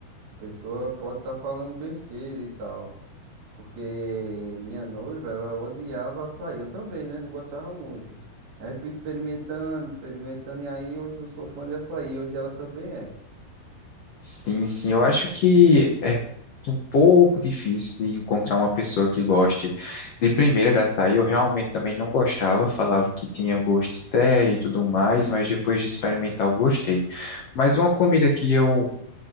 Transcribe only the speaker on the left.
Sim, sim, eu acho que é um pouco difícil de encontrar uma pessoa que goste de primeira da açaí. Eu realmente também não gostava, falava que tinha gosto de terra e tudo mais, mas depois de experimentar eu gostei. Mas uma comida que eu